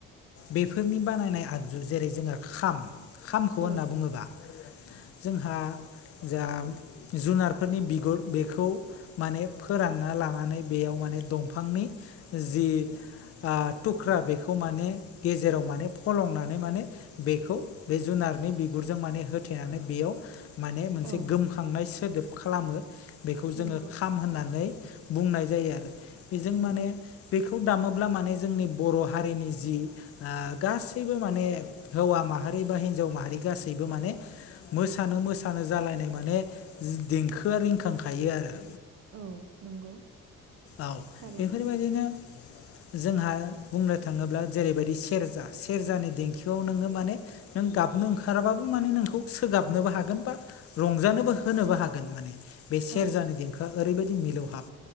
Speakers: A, on the left; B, on the right.
A: बेफोरनि बानायनाय आग जु जेरै जोङो खाम खामखौ होनना
B: औ
A: बुंङोबा जोंहा जा जुनारफोरनि बिगुर बेखौ माने फोरानना लानानै बेयाव माने दंफांनि जि ओ थुख्रा बेखौ माने गेजेराव माने फलंना नै माने बेखौ बे जुनारनि बिगुरजों माने होथेनानै बेयाव माने मोनसे
B: औ
A: गोमखांनाय सोदोब खालामो बेखौ जोङो
B: नंगौ
A: खाम होननानै बुंनाय जायो आरो बेजों
B: नंगौ
A: माने बेखौ दामोब्ला माने जोंनि बर' हारिनि जि ओ गासै बो माने हौवा माहारि बा हिनजाव माहारि गासैबो माने मोसानो मोसानो जालायनाय माने जि देंखोआ रिंखांखायो आरो।
B: औ नंगौ।
A: औ
B: थारैनो
A: बेफोरबायदिनो जोंहा बुंनो थाङोब्ला जेरैबायदि सेरजा सेरजानि देंखोआव नोङो माने नों गाबनो ओंखाराबाबो माने नोंखौ सोगाबनोबो हागोन बा रंजानोबो होनोबो हागोन माने बे सेरजानि
B: औ
A: देंखोआ ओरैबायदि मिलौहाब।